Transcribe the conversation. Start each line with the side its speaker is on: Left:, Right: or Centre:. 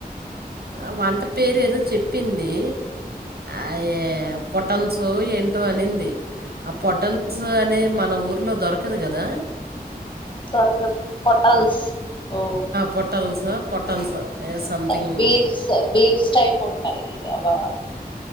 Right: ఆ వంట పేరు ఏదో చెప్పింది అయే పొటన్సు ఏంటో అనింది ఆ పొటన్స్ అనే మన ఊర్లో దొరకదు కదా
Left: దొరకదు పోటల్స్ ఓ
Right: పొటల్స్ పొటన్స్ సంథింగ్
Left: ఆ బీన్స్ ఆబీన్స్ టైప్ ఉంటాయి అవా